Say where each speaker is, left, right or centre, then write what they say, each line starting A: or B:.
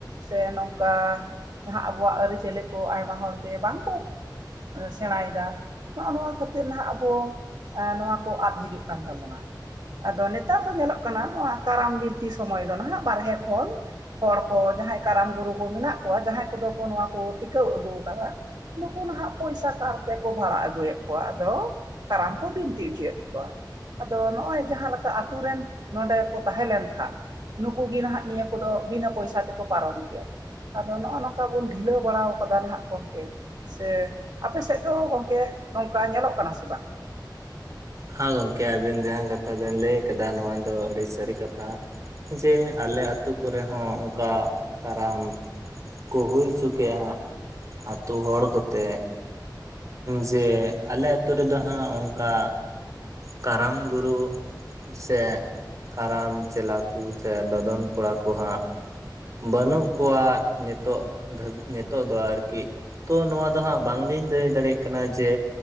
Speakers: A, on the right; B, on the right.
A: ᱥᱮ ᱱᱚᱝᱠᱟᱼᱼ ᱡᱟᱦᱟᱸ ᱟᱵᱚᱣᱟᱜ ᱟᱹᱨᱤᱪᱟᱹᱞᱤ ᱠᱚ ᱟᱭᱢᱟ ᱦᱚᱲ ᱜᱮ ᱵᱟᱝᱠᱩᱼᱼ ᱥᱮᱬᱟᱭᱮᱫᱟ, ᱱᱚᱜᱼᱚ ᱱᱚᱣᱟ ᱠᱷᱟᱹᱛᱤᱨ ᱱᱟᱦᱟᱜ ᱟᱵᱚᱼᱼ <inaudible> ᱟ, ᱱᱚᱣᱟ ᱠᱚ ᱟᱫ ᱦᱤᱡᱩᱜ ᱠᱟᱱ ᱛᱟᱵᱚᱱᱟ ᱾ ᱟᱫᱚ ᱱᱮᱛᱟᱨ ᱫᱚ ᱧᱮᱞᱚᱜ ᱠᱟᱱᱟ ᱱᱚᱣᱟ ᱠᱟᱨᱟᱢ ᱵᱤᱱᱛᱤ ᱥᱚᱢᱚᱭ ᱫᱚ ᱱᱟᱦᱟᱜ ᱵᱟᱨᱦᱮ ᱠᱷᱚᱱᱼᱼ ᱦᱚᱲ ᱠᱚ ᱡᱟᱦᱟᱸᱭ ᱠᱟᱨᱟᱢ ᱜᱩᱨᱩ ᱠᱚ ᱢᱮᱱᱟᱜ ᱠᱚᱣᱟ ᱡᱟᱦᱟᱸᱭ ᱠᱚᱫᱚ ᱠᱚ ᱱᱚᱣᱟ ᱠᱚ ᱴᱤᱠᱟᱹᱣ ᱟᱹᱜᱩ ᱟᱠᱟᱫᱟ ᱾ ᱱᱩᱠᱩ ᱱᱟᱦᱟᱜ ᱯᱚᱭᱥᱟ ᱠᱟᱨ ᱛᱮᱠᱚ ᱵᱷᱟᱲᱟ ᱟᱹᱜᱩᱭᱮᱫ ᱠᱚᱣᱟ, ᱟᱫᱚ ᱼᱼ ᱠᱟᱨᱟᱢ ᱠᱚ ᱵᱤᱱᱛᱤ ᱦᱚᱪᱚᱭᱮᱫ ᱠᱚᱣᱟ ᱾ ᱟᱫᱚ ᱱᱚᱜᱼᱚᱭ ᱡᱟᱦᱟᱸ ᱞᱮᱠᱟ ᱟᱛᱳ ᱨᱮᱱ ᱱᱚᱰᱮ ᱠᱚ ᱛᱟᱦᱮᱸ ᱞᱮᱱ ᱠᱷᱟᱱᱼᱼ ᱱᱩᱠᱩ ᱜᱮ ᱱᱟᱦᱟᱜ ᱱᱤᱭᱟᱹ ᱠᱚᱫᱚ ᱵᱤᱱᱟᱹ ᱯᱚᱭᱥᱟ ᱛᱮᱠᱚ ᱯᱟᱨᱚᱢ ᱜᱮᱭᱟ ᱾ ᱟᱫᱚ ᱱᱚᱜᱼᱚᱭ ᱱᱚᱝᱠᱟ ᱵᱩᱱ ᱰᱷᱤᱞᱟᱹᱣ ᱵᱟᱲᱟ ᱟᱠᱟᱫᱟ ᱱᱟᱜ ᱜᱚᱝᱠᱮ ᱾ ᱥᱮ ᱟᱯᱮ ᱥᱮᱫ ᱫᱚ ᱜᱚᱝᱠᱮ ᱱᱚᱝᱠᱟ ᱧᱮᱞᱚᱜ ᱠᱟᱱᱟ ᱥᱮ ᱵᱟᱝ?
B: ᱦᱮᱸ ᱜᱚᱢᱠᱮ ᱟᱹᱵᱤᱱ ᱡᱟᱦᱟᱸ ᱠᱟᱛᱷᱟ ᱵᱮᱱ ᱞᱟᱹᱭ ᱟᱠᱟᱫᱟ ᱱᱚᱣᱟ ᱫᱚ ᱟᱹᱰᱤ ᱥᱟᱹᱨᱤ ᱠᱟᱛᱷᱟ ᱾ ᱡᱮ ᱟᱞᱮ ᱟᱹᱛᱩ ᱠᱚᱨᱮ ᱦᱚᱸ ᱚᱱᱠᱟ ᱠᱟᱨᱟᱢᱼᱼ ᱠᱚ ᱦᱩᱭ ᱚᱪᱚ ᱠᱮᱜᱼᱟ, ᱟᱛᱩ ᱦᱚᱲ ᱠᱚᱛᱮ ᱾ ᱡᱮ ᱟᱞᱮ ᱟᱛᱩ ᱨᱮᱫᱚ ᱦᱟᱸᱜ ᱚᱱᱠᱟ ᱠᱟᱨᱟᱢ ᱜᱩᱨᱩᱼᱼ ᱥᱮ ᱠᱟᱨᱟᱢ ᱪᱮᱞᱟ, ᱠᱚ ᱥᱮ ᱫᱚᱫᱚᱱ ᱠᱚᱲᱟ ᱠᱚ ᱦᱟᱸᱜᱼᱼ ᱵᱟᱹᱱᱩᱜ ᱠᱚᱣᱟ ᱱᱤᱛᱚᱜ ᱫᱷᱚ, ᱱᱤᱛᱚᱜ ᱫᱚ ᱟᱨᱠᱤ ᱾ ᱛᱚ ᱱᱚᱣᱟ ᱫᱚ ᱦᱟᱸᱜ ᱵᱟᱝᱞᱤᱧ ᱫᱟᱹᱭᱼᱼ ᱫᱟᱲᱮᱭᱟᱜ ᱠᱟᱱᱟ ᱡᱮ,